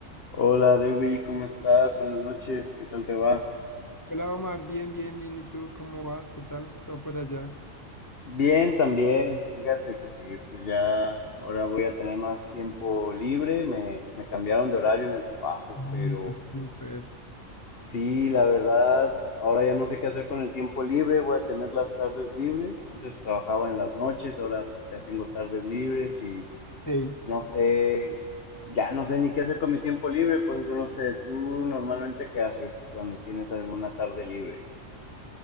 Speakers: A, on the left; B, on the left.
A: Hola Dewi, ¿cómo estás? Buenas noches, ¿qué tal te va?
B: Hola Omar, bien, bien, bien. ¿Y tú cómo vas? ¿Qué tal? ¿Todo por allá?
A: Bien, también. Fíjate que pues ya ahora voy a tener más tiempo libre. Me, me cambiaron de horario en el trabajo,
B: Ay,
A: pero
B: qué súper.
A: sí, la verdad, ahora ya no sé qué hacer con el tiempo libre. Voy a tener las tardes libres. Antes trabajaba en las noches, ahora pues, ya tengo tardes libres y
B: Sí.
A: no sé, ya no sé ni qué hacer con mi tiempo libre. Por ejemplo, no sé, ¿tú normalmente qué haces cuando tienes alguna tarde libre?